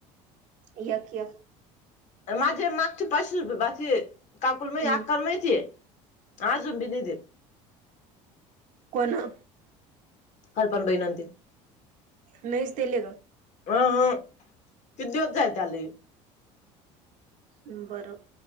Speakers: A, on the right; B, on the left.
A: एक एक
B: माझे मागचे पांचशे रुपये बाकी आहे काकूंला मं
A: हम्म
B: अकांला माहिती आहे अजूंन बी नाहीं देेतं
A: कोणं
B: काल्पंना बाई नाहीं देतं
A: नाहींच देले कायं
B: अं हांव किती दिवसं झाले त्यांले
A: हम्मं बरं